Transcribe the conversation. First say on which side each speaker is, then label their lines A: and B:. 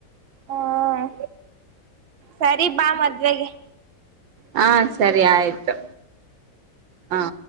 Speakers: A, on the right; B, on the right.
A: ಹ್ಮ ಸರಿ ಬಾ ಮದ್ವೆಗೆ.
B: ಹಾ ಸರಿ ಆಯ್ತು ಹ